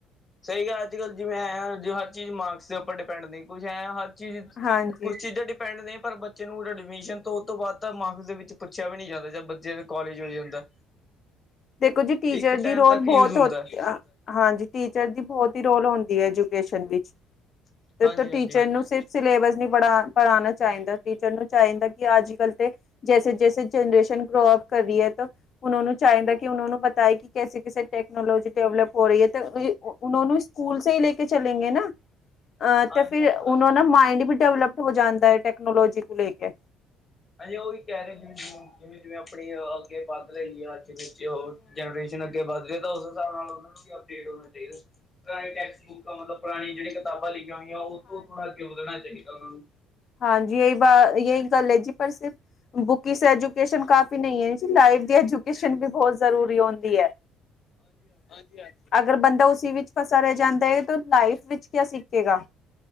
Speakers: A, on the left; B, on the left.
A: ਸਹੀ ਗੱਲ ਅੱਜ- ਕੱਲ ਜਿਵੇਂ ਐਂ ਹਰ ਚੀਜ਼ ਮਾਰਕਸ ਦੇ ਉੱਪਰ ਡਿਪੈਂਡ ਨਹੀਂ ਕੁੱਛ ਐਂ ਹਰ ਚੀਜ਼।
B: ਹਰ ਚੀਜ਼
A: ਕੁਛ
B: ਹਾਂਜੀ
A: ਚੀਜ਼ਾਂ ਡਿਪੈਂਡ ਨੇ ਪਰ ਬੱਚੇ ਨੂੰ ਐਡਮਿਸ਼ਨ। ਉਹ ਤੋਂ ਬਾਅਦ ਤਾਂ ਮਾਰਕਸ ਦੇ ਵਿੱਚ ਪੁੱਛਿਆ ਵੀ ਨਹੀਂ ਜਾਂਦਾ ਜਾਂ ਬੱਚਿਆਂ ਕੋਾਲਜ ਹੋ ਜਾਂਦਾ।
B: ਦੇਖੋ ਜੀ ਟੀਚਰ
A: ਇੱਕ ਟਾਈਮ
B: ਦੀ ਰੋਲ
A: ਤੱਕ
B: ਬਹੁਤ
A: ਯੂਜ ਹੁੰਦਾ
B: ਹੋਤੀ
A: ਹੈ
B: ਏ। ਹਾਂਜੀ ਟੀਚਰ ਦੀ ਬਹੁਤ ਹੀ ਰੋਲ ਹੁੰਦੀ ਏ ਐਜੂਕੇਸ਼ਨ ਵਿੱਚ। ਤੇ
A: ਹਾਂਜੀ
B: ਤ ਟੀਚਰ
A: ਹਾਂਜੀ
B: ਨੂੰ ਸਿਰਫ। ਸਿਲੇਬਸ ਨਹੀਂ ਪੜ੍ਹਾ ਪੜ੍ਹਾਣਾ ਚਾਹੀਦਾ ਟੀਚਰ ਨੂੰ ਚਾਹੀਦਾ ਕਿ ਅੱਜ ਕੱਲ੍ਹ ਤਾਂ। ਜੈਸੇ- ਜੈਸੇ ਜਨਰੇਸ਼ਨ ਗਰੋ ਅਪ ਕਰ ਰਹੀ ਹੈ, ਤਾਂ ਉਹਨਾਂ ਨੂੰ ਚਾਹੀਦਾ ਕਿ, ਉਹਨਾਂ ਨੂੰ ਬਤਾਆ ਕਿ ਕੈੇ ਕੈਸੇ ਟੈਕਨੋਲੋਜੀ ਡੈਵਲਪ ਹੋ ਰਹੀ ਏ ਤੇ ਉਹਨਾਂ ਨੂੰ ਇਸ ਸਕੂਲ ਸੇ ਹੀ ਲੈ ਕੇ ਚਲੇਂਗੇ ਨਾ। ਅਹ
A: ਹਾਂਜੀ
B: ਤੇ ਫਿਰ
A: ਹਾਂਜੀ
B: ਉਹ ਨਾ ਮਾਇੰਡ ਵੀ ਡਿਵਲਪਡ ਹੋ ਜਾਂਦਾ ਏ ਟੈਕਨੋਲੋਜੀ ਨੂੰ ਲੈ ਕੇ।
A: ਹਾਂਜੀ ਉਹਹੀ ਕਹਿ ਰਹੇ ਜਿਵੇਂ -ਜਿਵੇਂ ਜਿਵੇਂ ਆਪਣੀ ਅ ਅੱਗੇ ਵੱਧ ਰਹੀ ਆ ਅੱਜ ਦੇ ਉਹ ਜਨਰੇਸ਼ਨ ਅੱਗੇ ਵੱਧ ਰਹੀ ਤਾਂ ਉਸ ਹਿਸਾਬ ਨਾਲ ਉਹਨਾਂ ਨੂੰ ਵੀ। ਡੇਟ ਹੋਣਾ ਚਾਹੀਦਾ ਪੁਰਾਣੇ ਟੈਕਸ। ਬੁੱਕਾਂ ਮਤਲਬ ਪੁਰਾਣੀਆਂ ਜਿਹੜੀਆਂ ਕਿਤਾਬਾਂ ਲਿਖੀਆਂ ਹੋਈਆਂ ਉਹ ਤੋਂ ਥੋੜ੍ਹਾ ਅੱਗੇ ਵਧਣਾ ਚਾਹੀਦਾ ਉਹਨਾਂ ਨੂੰ।
B: ਹਾਂਜੀ ਇਹੀ ਵ ਜ਼ਹੀ ਗੱਲ ਹੈ ਜੀ ਪਰ ਸਿਰਫ। ਬੁਕਸ ਏਜੂਕੇਸ਼ਨ ਕਾਫੀ ਨਹੀਂ ਹੈ ਲਾਈਫ ਦੀ ਏਜੂਕੇਸ਼ਨ ਵੀ ਬਹੁਤ ਜ਼ਰੂਰੀ ਹੁੰੰਦੀ ਹੈ। ਹਾਂਜੀ ਹਾਂਜੀ। ਅਗਰ ਬੰਦਾ ਉਸ ਵਿੱਚ ਫਸਾ ਰਹਿ ਜਾਂਦਾ ਹੈ ਤਾਂ ਲਾਈਫ ਵਿੱਚ ਕਿਆ ਸਿੱਖੇਗਾ।